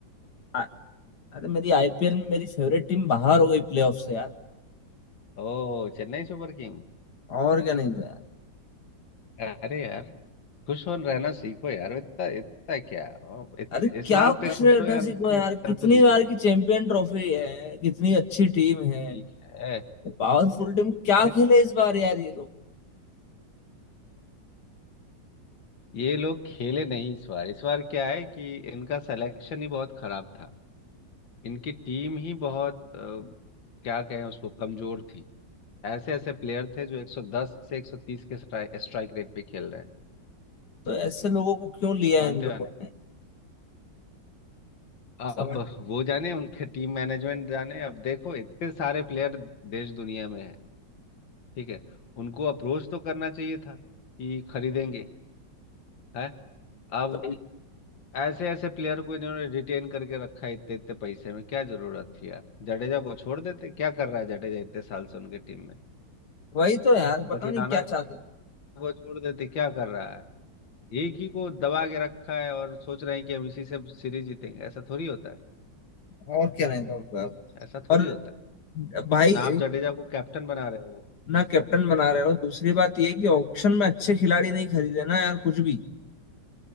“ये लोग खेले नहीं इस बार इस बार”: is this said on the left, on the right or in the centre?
Left